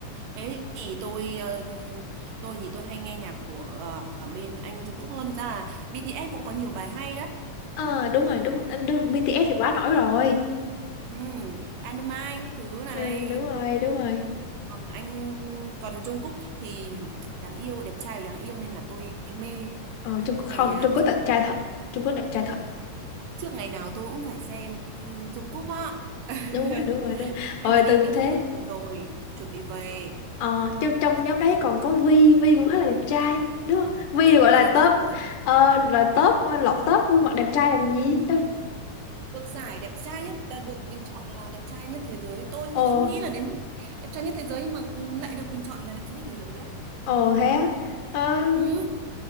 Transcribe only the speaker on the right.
Thế thì tôi ờ, tôi thì tôi hay nghe nhạc của ờ, ở bên anh Jungkook Cúc hơn. Thực ra là BTS cũng có nhiều bài hay đấy.
Ừ. Dynamite các thứ này.
Còn anh còn Jungkook thì đáng yêu, đẹp trai và đáng yêu nên là tôi mê.
Ngày
à,
trước
trước ngày nào tôi cũng phải xem ừm, Jungkook Cúc á <laughs>
nhưng
mà đi
nghĩa
vụ quân sự rồi chuẩn bị về
đẹp
trai
nhất
thế giới
được giải đẹp trai nhất à, được bình chọn là đẹp trai nhất thế giới tôi
thì không nghĩ là đến mức đẹp trai nhất thế giới nhưng mà lại được bình chọn là đẹp trai nhất thế giới đấy
ừ,